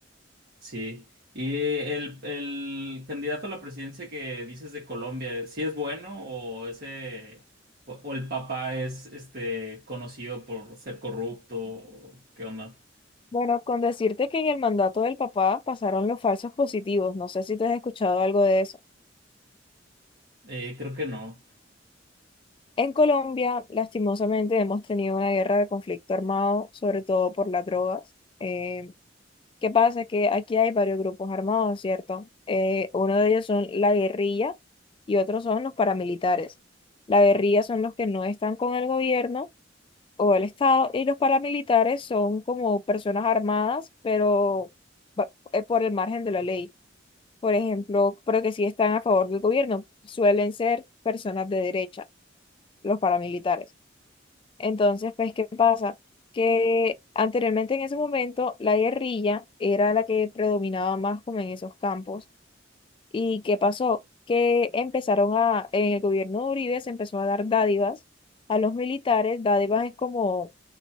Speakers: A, on the right; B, on the left.
A: Sí. Y eh, el, el candidato a la presidencia que dices de Colombia, ¿sí es bueno o ese o, o el papá es este conocido por ser corrupto? o ¿Qué onda?
B: Bueno, con decirte que en el mandato del papá pasaron los falsos positivos, no sé si tú has escuchado algo de eso.
A: Eh, creo que no.
B: En Colombia, lastimosamente, hemos tenido una guerra de conflicto armado, sobre todo por las drogas. Eh, ¿qué pasa? Que aquí hay varios grupos armados, ¿cierto? Eh, uno de ellos son la guerrilla y otros son los paramilitares. La guerrilla son los que no están con el gobierno o el Estado y los paramilitares son como personas armadas, pero va- eh, por el margen de la ley. Por ejemplo, pero que sí están a favor del gobierno, suelen ser personas de derecha, los paramilitares. Entonces, pues, ¿qué pasa? Que anteriormente en ese momento la guerrilla era la que predominaba más como en esos campos. ¿Y qué pasó? Que empezaron a, en el gobierno de Uribe se empezó a dar dádivas a los militares. Dádivas es como